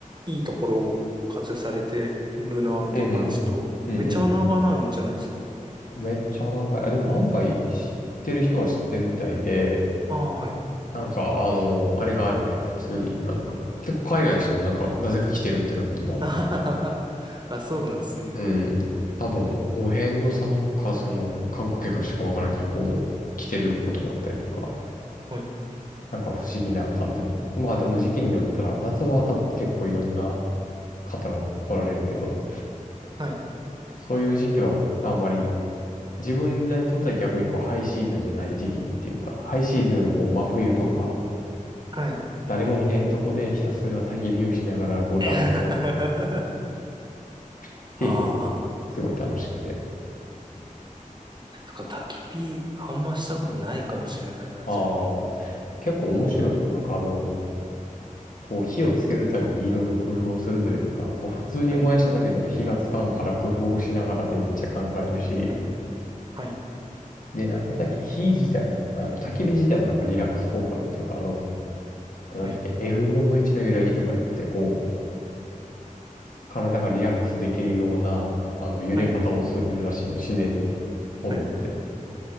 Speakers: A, on the right; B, on the left.
A: いいところを活用されてるなっていう感じと、
B: うん。うん
A: めちゃ穴場なんじゃないですか。
B: うん。めっちゃ穴場や。あでも案外知ってる人は知ってるみたいで、
A: ああ、はい。
B: なんか、あの、あれがあるね。普通に。あの、結構海外の人もなんか、なぜか来てるみたいなこともあった。
A: <laughs> あはははあ、そうなんですね。
B: うん。多分、お遍路さんか、その、観光客の人かわからんけど、
A: うん。
B: こう、来てることもあったりとか。
A: はい。
B: なんか不思議な感じの。まあでも時期によったら、夏場は多分結構いろんな方が来られるけど、
A: はい。
B: そういう時期はあんまり、自分らにとっては逆にこうハイシーズンじゃない時期っていうか、ハイシーズンはもう真冬とか、
A: はい。
B: 誰もいないとこでひたすら焚き火をしながらこう暖を取る
A: <laughs>
B: っていうのが
A: ああ、
B: すごい楽しくて。
A: そっか、焚き火、あんましたことないかもしれないな、
B: ああ、
A: 自分。
B: 結構面白いよ。なんかあの、こう火をつけるためにいろいろ工夫をするというか、もう普通に燃やしただけじゃやっぱ火がつかんから工夫をしながらでめっちゃ考えるし、
A: はい。はい。はい。
B: で、なんだったっけ、火自体も、あの、焚き火自体もなんかリラックス効果あるっていうか、あの、なんだったっけ、
A: はい。
B: F 分の1の揺らぎとか言って、こう、体がリラックスできるような、あの、揺れ方をするらしいよ、
A: はい。
B: 自然に。炎。
A: はい。
B: だ